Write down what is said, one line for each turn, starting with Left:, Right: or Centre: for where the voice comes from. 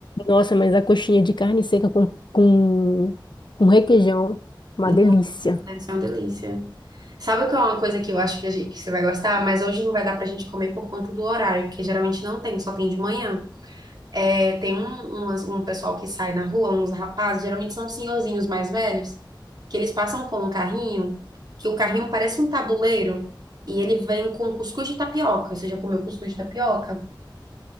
Left: Nossa, mas a coxinha de carne seca com, com, com requeijão, uma
Right: Nossa,
Left: delícia.
Right: deve ser uma delícia. Sabe o que é uma coisa que eu acho que, a gente- que você vai gostar? Mas hoje não vai dar pra gente comer por conta do horário, porque geralmente não tem, só tem de manhã. É, tem um, umas- um pessoal que sai na rua, uns rapazes, geralmente são senhorzinhos mais velhos, que eles passam com um carrinho, que o carrinho parece um tabuleiro, e ele vem com cuscuz de tapioca. Você já comeu cuscuz de tapioca?